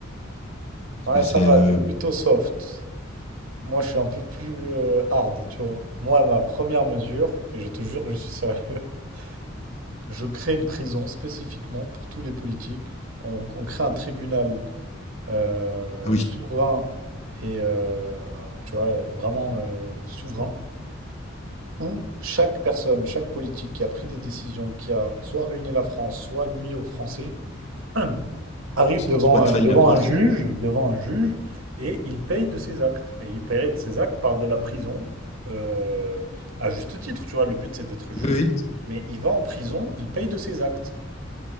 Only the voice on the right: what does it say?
Ouais,
ça va,
t'es plutôt soft. Moi je suis un peu plus euh, hard, tu vois. Moi, ma première mesure, et je te jure que je suis sérieux, <laughs> je crée une prison spécifiquement pour tous les politiques. On, on crée un tribunal euh,
souverain et euh, tu vois, euh, vraiment euh, souverain, où chaque personne, chaque politique qui a pris des décisions, qui a soit ruiné la France, soit nuit aux Français, <clears throat> arrive devant,
euh, devant
un juge,
devant un juge, et il paye de ses actes. Et il paierait de ses actes par de la prison, euh, à juste titre, tu vois, le but c'est d'être juste,
mais il va en prison, il paye de ses actes